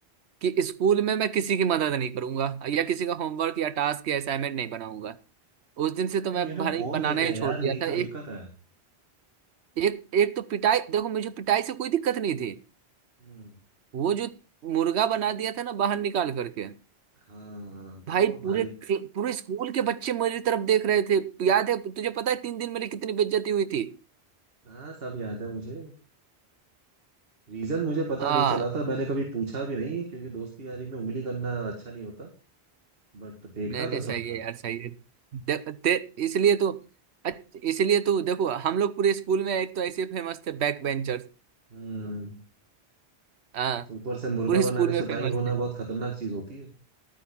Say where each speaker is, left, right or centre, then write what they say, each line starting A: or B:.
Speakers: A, on the right (about 85°); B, on the right (about 65°).
A: कि स्कूल में मैं किसी की मदद नहीं करूंगा या किसी का होमवर्क या टास्क या असाइनमेंट नहीं बनाऊंगा उस दिन से तो
B: अरे
A: मैं
B: ये लोग
A: भाई
B: बोल
A: बनाना
B: देते
A: ही
B: हैं
A: छोड़
B: यार
A: दिया
B: यही
A: था
B: तो दिक्कत
A: एक
B: है
A: एक एक तो पिटाई देखो मुझे पिटाई से कोई दिक्कत नहीं थी
B: हम्म
A: वो जो मुर्गा बना दिया था ना बाहर निकाल करके
B: हाँ वो
A: भाई
B: भाई
A: पूरे क्ल- पूरे स्कूल के बच्चे मेरी तरफ देख रहे थे याद है तुझे पता है तीन दिन मेरी कितनी बेइज्जती हुई थी
B: हाँ सब याद है मुझे रीजन मुझे पता
A: हाँ
B: नहीं चला था मैंने कभी पूछा भी नहीं क्योंकि दोस्ती यारी में उंगली करना अच्छा नहीं होता बट देखा
A: नहीं नहीं
B: तो
A: सही
B: सब
A: है
B: था
A: यार सही है दे, ते, इसलिए तो अच्छ- इसलिए तो देखो हम लोग पूरे स्कूल में एक तो ऐसे फेमस थे बैक बेंचर्स
B: हम्म
A: हाँ
B: ऊपर से मुर्गा
A: पूरे
B: बना
A: स्कूल
B: के
A: में
B: सुताई
A: फेमस
B: होना
A: थे
B: बहुत खतरनाक चीज होती है